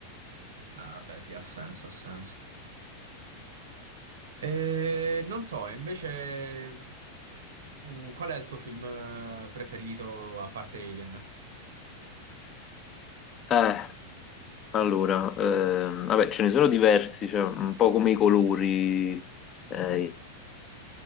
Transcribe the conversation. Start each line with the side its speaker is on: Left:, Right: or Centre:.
Right: Ah, vabbè, sì, ha senso, ha senso. E non so, e invece, tu- qual è il tuo film eh, preferito a parte Alien?
Left: Eh, allora, ehm, vabbè, ce ne sono diversi, cioè, un po' come i colori, eh,